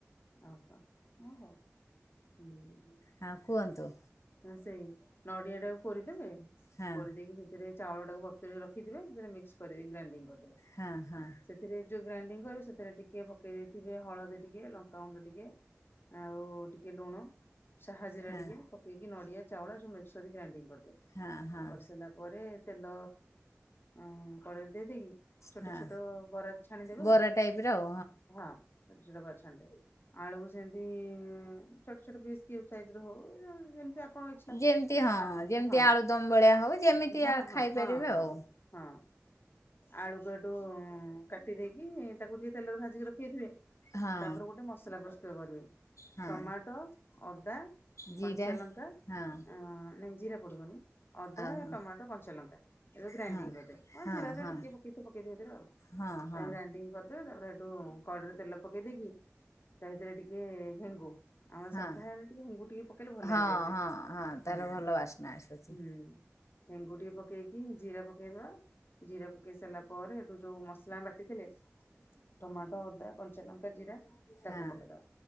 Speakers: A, on the left (about 50°); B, on the left (about 80°).
A: ଓହୋ ହଁ ହଉ ହୁଁ।
B: ହଁ କୁହନ୍ତୁ।
A: ହ ସେଇ ନଡିଆ ଟାକୁ କୁରିଦେବେ
B: ହଁ
A: କୁରିଦେଇକି ସେଥିରେ ଚାଉଳଟାକୁ ବତୁରେଇ ରଖିଥିବ ସେଥିରେ ମିକ୍ସ କରି ଗ୍ରାଇଣ୍ଡିଙ୍ଗ କରିଦେବେ।
B: ହଁ ହଁ।
A: ସେଥିରେ ଯେଉଁ ଗ୍ରାଇଣ୍ଡିଙ୍ଗ କରିବେ ସେଥିରେ ଟିକିଏ ପକାଇ ଦେଇଥିବେ ହଳଦୀ ଟିକେ ଲଙ୍କାଗୁଣ୍ଡ ଟିକିଏ ଆଉ ଟିକେ ଲୁଣ ସାହାଜିରା
B: ହଁ
A: ଟିକେ ପକେଇକି ନଡ଼ିଆ ଚାଉଳ ସବୁ ମିକ୍ସ କରିିକି ଗ୍ରାଇଣ୍ଡିଙ୍ଗ କରିଦେବ
B: ହଁ ହଁ
A: କରିସାରିଲା ପରେ ତେଲ ଉ କଡ଼େଇରେ ଦେଇଦେଇକି ଛୋଟ
B: ହଁ
A: ଛୋଟ ବରା ଛାଣିଦେବେ
B: ବରା
A: ଆଉ
B: ଟାଇପ ର ଆଉ
A: ହଁ ଛୋଟ ଛୋଟ ବରା ଛାଣିଦେବେ। ଆଳୁକୁ ସେମିତି ଛୋଟ ଛୋଟ ପିସ୍ କ୍ୟୁବ ସାଇଜର ହଉ ଯେମତି ଇଛା
B: ଯେମିତି
A: ହଁ
B: ଯେମିତି
A: ହଁ
B: ଆଳୁଦମ ଭଳିଆ ହଉ ଯେମିତି
A: ହଁ
B: ଖାଇପାରିବେ
A: ହଁ ହଁ।
B: ଆଉ
A: ହଁ ଆଳୁକୁ ଏଠୁ କାଟି ଦେଇକି ତାକୁ ଟିକେ ତେଲରେ ଭାଜିକି ରଖ ରଖି ଦେଇଥିବେ
B: ହଁ
A: ତାପରେ ଗୋଟେ ମସଲା ପ୍ରସ୍ତୁତ କରିବେ
B: ହଁ।
A: ଟମାଟୋ ଅଦା
B: ଜିରା
A: କଞ୍ଚା ଲଙ୍କା
B: ହଁ
A: ଆ ନାଇଁ ଜୀରା ପଡ଼ିବନି। ଅଦା
B: ଓହୋ
A: ଟମାଟୋ କଞ୍ଚାଲଙ୍କା। ଏବେ ଗ୍ରାଇଣ୍ଡିଙ୍ଗ
B: ହଁ
A: କରିଦେବେ ହଉ
B: ହଁ
A: ଜିରା ଯଦି
B: ହଁ
A: ଟିକେ ପକେଇଥିବେ ପକେଇଥିବେ ଜିରା ଆଉ
B: ହଁ ହଁ
A: ଆଉ ଗ୍ରାଇଣ୍ଡିଙ୍ଗ କରିଦେବେ ତାପରେ ସେଠୁ କଡେଇରେ ତେଲ ପକେଇ ଦେଇକି ତା ସେଥିରେ ଟିକେ ହେଙ୍ଗୁ। ଆମ
B: ହଁ
A: ସାଧାରେ ଟିକେ ହେଙ୍ଗୁ ଟିକେ ପକେଇଲେ ଭଲଲାଗେ
B: ହଁ
A: ଟେଷ୍ଟ
B: ହଁ ହଁ ତାର
A: ହୁଁ
B: ଭଲ ବାସ୍ନା ଆସୁଛି
A: ହୁଁ। ହେଙ୍ଗୁ ଟିକେ ପକେଇକି ଜିରା ପକେଇଦବା। ଜିରା ପକେଇ ସାରିଲା ପରେ ଏଠୁ ଯୋଉ ମସଲା ଆମେ ବାଟିଥିଲେ। ଟମାଟ ଅଦା କଞ୍ଚାଲଙ୍କା ଜିରା ତାକୁ
B: ହଁ
A: ପକେଇଦବା।